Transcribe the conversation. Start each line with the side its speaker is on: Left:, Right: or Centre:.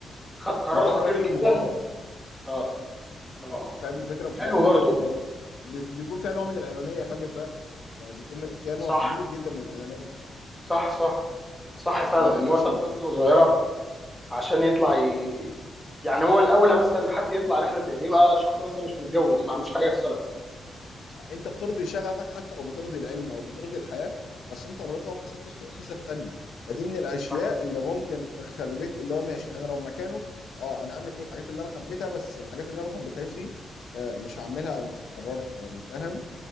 Centre: خد قرار
Left: مغامره
Centre: خطير
Left: لاجل
Centre: جدا
Left: المغامره
Centre: اه اه اه.
Left: فاهم الفكره مغامره
Centre: حلو برضو
Left: لاجل المغامره بي- بيكون فيها نوع من الانانيه خلي في بالك يعني بيكون فيها نوع
Centre: صح
Left: كبير جدا من الانانيه
Centre: صح صح صح فعلا
Left: اللي هو انت
Centre: ان هو
Left: عشان
Centre: ساب طفله صغيره عشان يطلع ي... يعني هو الاولى مثلا حد يطلع رحله زي دي يبقى شخص مثلا مش متجوز ما عندوش حاجه يخسرها
Left: انت بترضي شغفك حتى لو بترضي العلم او بترضي الحياه بس انت رضيتها وما حسبتش حساب تاني فدي من الاشياء
Centre: صح
Left: اللي ممكن خليت اللي هو ماشي انا لو مكانه اه انا هعمل كل الحاجات اللي انا حبيتها بس الحاجات اللي انا ما حبيتهاش دي آه، مش هعملها او مش هقررها يعني فاهم